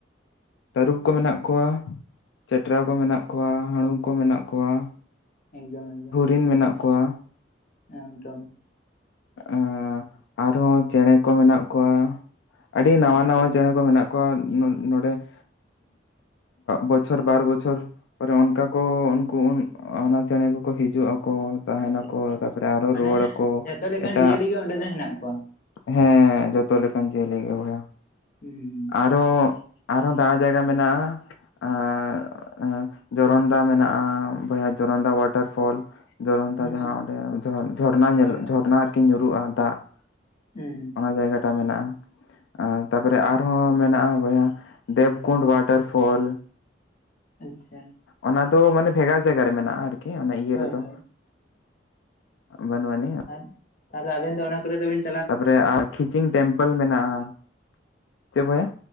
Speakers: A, on the left; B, on the left.
A: ᱛᱟᱹᱨᱩᱵ ᱠᱚ ᱢᱮᱱᱟᱜ ᱠᱚᱣᱟ ᱾ ᱪᱮᱴᱨᱟ ᱠᱚ
B: ᱟᱪᱪᱷᱟ
A: ᱢᱮᱱᱟᱜ ᱠᱚᱣᱟ ᱦᱟᱹᱲᱩ ᱠᱚ ᱢᱮᱱᱟᱜ ᱠᱚᱣᱟ ᱾
B: ᱮᱠᱫᱚᱢ ᱮᱠᱫᱚᱢ ᱾
A: ᱦᱚᱨᱤᱱ ᱢᱮᱱᱟᱜ ᱠᱚᱣᱟ,
B: ᱮᱠᱫᱚᱢ
A: ᱟᱸ ᱟᱨᱦᱚᱸ ᱪᱮᱬᱮ ᱠᱚ ᱢᱮᱱᱟᱜ ᱠᱚᱣᱟ ᱾ ᱟᱹᱰᱤ ᱱᱟᱣᱟ
B: ᱟᱪᱪᱷᱟ
A: ᱱᱟᱣᱟ ᱪᱮᱬᱮᱸ ᱠᱚ ᱢᱮᱱᱟᱜ ᱠᱚᱣᱟ ᱱᱚᱸᱰᱮ ᱾ ᱵᱚᱪᱷᱚᱨ ᱵᱟᱨ ᱵᱚᱪᱷᱚᱨ ᱯᱚᱨᱮ ᱚᱱᱠᱟ ᱠᱚ ᱩᱱᱠᱩ ᱚᱱᱟ ᱪᱮᱬᱮᱸ ᱠᱚᱠᱚ ᱦᱤᱡᱩᱜ ᱟᱠᱚ, ᱛᱟᱦᱮᱱ ᱟᱠᱚ
B: ᱟᱪᱪᱷᱟ
A: ᱛᱟᱨᱯᱚᱨᱮ ᱟᱨᱚ
B: ᱢᱟᱱᱮ
A: ᱨᱩᱣᱟᱹᱲ ᱟᱠᱚ
B: ᱡᱷᱚᱛᱚ ᱞᱮᱠᱟᱱ
A: ᱮᱴᱟᱜ
B: ᱡᱤᱭᱟᱹᱞᱤ ᱜᱮ ᱚᱸᱰᱮ ᱫᱚ ᱦᱮᱱᱟᱜ ᱠᱚᱣᱟ
A: ᱦᱮᱸ ᱡᱚᱛᱚ ᱞᱮᱠᱟᱱ ᱡᱤᱭᱟᱹᱞᱤ ᱜᱮ ᱵᱚᱭᱦᱟ ᱾
B: ᱦᱩᱸ ᱦᱩᱸ
A: ᱛᱚ ᱟᱨᱦᱚᱸ ᱫᱟᱬᱟ ᱡᱟᱭᱜᱟ ᱢᱮᱱᱟᱜᱼᱟ ᱾ ᱟᱨ ᱡᱚᱨᱚᱱᱫᱟ ᱢᱮᱱᱟᱜᱼᱟ ᱵᱚᱭᱦᱟ ᱡᱚᱨᱚᱱᱫᱟ ᱚᱣᱟ ᱚᱣᱟᱴᱟᱨ ᱯᱷᱚᱞ ᱡᱚᱨᱚᱱᱛᱟ
B: ᱦᱩᱸ
A: ᱡᱟᱦᱟᱸ
B: ᱟᱪ
A: ᱚᱸᱰᱮ ᱡᱷᱚᱨᱱᱟ ᱧᱮᱞᱚᱜ
B: ᱦᱳᱭ ᱦᱳᱭ
A: ᱡᱷᱚᱨᱱᱟ ᱟᱨᱠᱤ ᱧᱩᱨᱩᱜᱼᱟ ᱫᱟᱜ ᱾
B: ᱦᱩᱸ
A: ᱚᱱᱟ ᱡᱟᱭᱜᱟᱴᱟᱜ ᱢᱮᱱᱟᱜᱼᱟ ᱾ ᱟᱨ ᱛᱟᱯᱚᱨᱮ ᱟᱨᱦᱚᱸ ᱢᱮᱱᱟᱜᱼᱟ ᱵᱚᱭᱦᱟ ᱫᱮᱵᱽᱠᱩᱱᱰ ᱚᱣᱟᱴᱟᱨ ᱯᱷᱚᱞ ᱾
B: ᱟᱪᱪᱷᱟ ᱾
A: ᱚᱱᱟ ᱫᱚ ᱢᱟᱱᱮ ᱵᱷᱮᱜᱟᱨ ᱡᱟᱭᱜᱟ ᱨᱮ ᱢᱮᱱᱟᱜᱼᱟ ᱟᱨᱠᱤ ᱚᱱᱟ ᱤᱭᱟᱹ
B: ᱦᱳᱭ
A: ᱨᱮᱫᱚ
B: ᱦᱳᱭ
A: ᱵᱟᱹᱱᱩᱜ ᱟᱹᱱᱤᱡ ᱾
B: ᱟᱨ ᱛᱟᱦᱚᱞᱮ ᱟᱵᱤᱱ ᱫᱚ ᱚᱱᱟ ᱠᱚᱨᱮ ᱫᱚᱵᱤᱱ
A: ᱛᱟᱯᱚᱨᱮ ᱠᱷᱤᱪᱤᱝ ᱴᱮᱢᱯᱮᱞ ᱢᱮᱱᱟᱜᱼᱟ ᱾ ᱪᱮᱫ ᱵᱚᱭᱦᱟ?